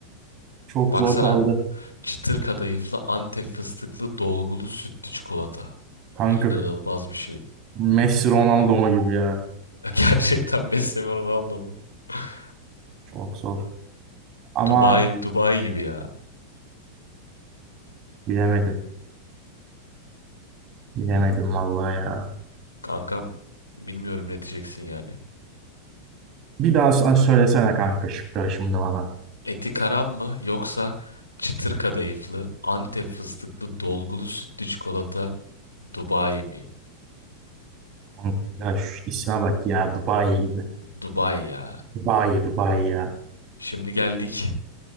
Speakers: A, on the right; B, on the left.
A: Çok
B: Baksana
A: zor kaldı.
B: çıtır kadayıflı Antep fıstıklı dolgulu sütlü çikolata.
A: Kanka
B: İnanılmaz bir şey.
A: Messi Ronaldo mu gibi ya.
B: <laughs> Ya Gerçekten Messi mi Ronaldo mu? <laughs>
A: Çok zor. Ama
B: Dubai, Dubai gibi ya.
A: bilemedim. Bilemedim vallahi ya.
B: Kankam bilmiyorum ne diyeceksin yani.
A: Bir daha s- söylesene kanka şıkları şimdi bana.
B: Eti karam mı yoksa çıtır kadayıflı, Antep fıstıklı, dolgulu sütlü çikolata Dubai mi?
A: Kanka ya şu isme bak ya Dubai gibi.
B: Dubai ya.
A: Dubai Dubai ya.
B: Şimdi geldik.